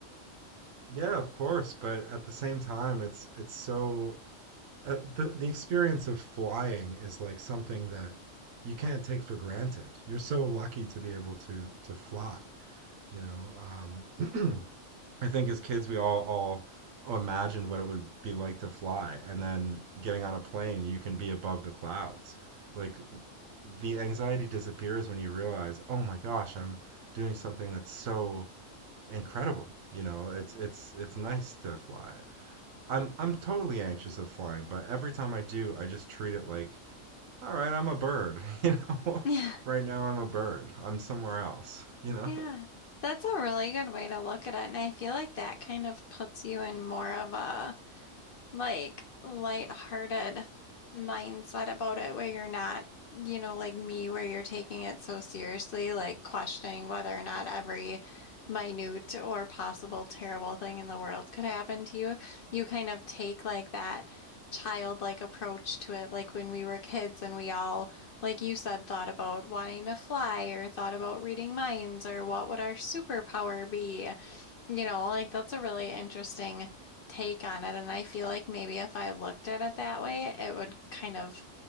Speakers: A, on the right; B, on the left.
A: Yeah, of course, but at the same time, it's it's so uh, the the experience of flying is like something that you can't take for granted. You're so lucky to be able to to fly. You know, um, <clears throat> I think as kids we all all imagined what it would be like to fly, and then getting on a plane, you can be above the clouds. Like the anxiety disappears when you realize, oh my gosh, I'm doing something that's so Incredible. You know, it's it's it's nice to fly. I'm I'm totally anxious of flying, but every time I do, I just treat it like, all right, I'm a bird, <laughs> you know?
B: <laughs>
A: Right now I'm a bird. I'm somewhere else, <laughs> you know?
B: Yeah, that's a really good way to look at it. And I feel like that kind of puts you in more of a like lighthearted mindset about it where you're not, you know, like me, where you're taking it so seriously, like questioning whether or not every minute or possible terrible thing in the world could happen to you. You kind of take like that childlike approach to it, like when we were kids and we all, like you said, thought about wanting to fly or thought about reading minds or what would our superpower be. You know, like that's a really interesting take on it. And I feel like maybe if I looked at it that way, it would kind of